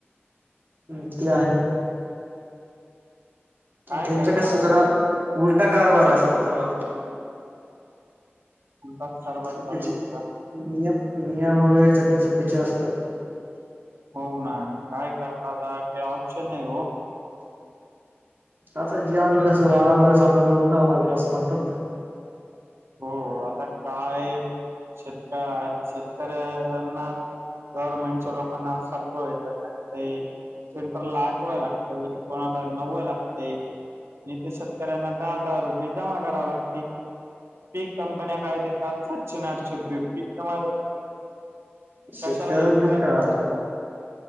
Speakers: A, on the right (about 50°); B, on the right (about 80°).
A: ते आहे.
B: काय
A: त्यांचा
B: करता
A: कसं
B: आता?
A: सगळा उलटा कारभार असतो सगळा
B: होणताच सरवा
A: चुकीचे
B: चालू आहे.
A: नियम नियम वगैरे सगळे चुकीचे असतात.
B: हो ना काय करत आता काही ऑप्शन नाही हो.
A: <inaudible> आता जे आलं तस वारालास आपल्याला उपडवं लागेल असं म्हणतात ना.
B: हो आता काय शेतका. तर ना गव्हर्मेंटच्या लोकांना सत्व येतात का. सेंटरल ला आठवायला. कोणाला नव्व लागते आणि ते शेतकऱ्यांना दहा दहा रुपये. जमा कराव लागते पीक कंपन्या काय देतात. सचिन आठशिर्पी पिक माझ
A: शेतकऱ्यांना
B: कशाला इन्शुरन्स
A: का
B: काढायचा.